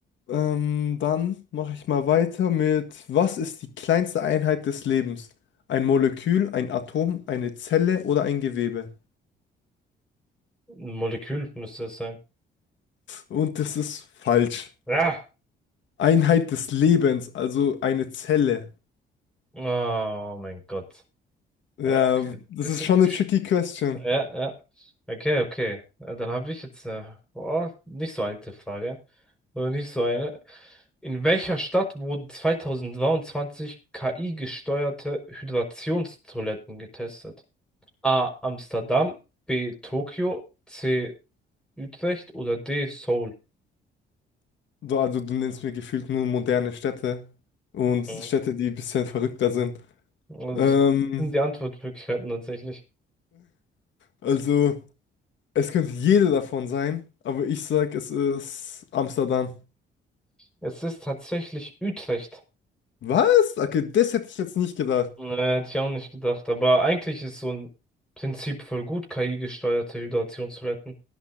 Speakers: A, on the left (about 70°); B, in the centre.
A: Ähm, dann mache ich mal weiter mit, was ist die kleinste Einheit des Lebens? Ein Molekül, ein Atom, eine Zelle oder ein Gewebe?
B: Ein Molekül müsste es sein.
A: Und das ist falsch.
B: Ja.
A: Einheit des Lebens, also eine Zelle.
B: Oh mein Gott.
A: Ja,
B: Ja, okay.
A: das
B: Bisschen.
A: ist schon eine tricky question.
B: Ja, ja. Okay, okay. Ja, Dann habe ich jetzt eine oh, nicht so alte Frage. Oder nicht so eine. In welcher Stadt wurden 2023 KI-gesteuerte Hydrationstoiletten getestet? A. Amsterdam, B. Tokio, C. Utrecht oder D. Seoul?
A: Du, also du nennst mir gefühlt nur moderne Städte und
B: Mhm.
A: Städte, die ein bisschen verrückter sind.
B: Also,
A: Ähm,
B: das sind die Antwortmöglichkeiten tatsächlich.
A: also es könnte jede davon sein, aber ich sag, es ist Amsterdam.
B: Es ist tatsächlich Utrecht.
A: Was? Okay, das hätte ich jetzt nicht gedacht.
B: Nee, hätte ich auch nicht gedacht. Aber eigentlich ist so ein Prinzip voll gut, KI-gesteuerte Hydration zu retten.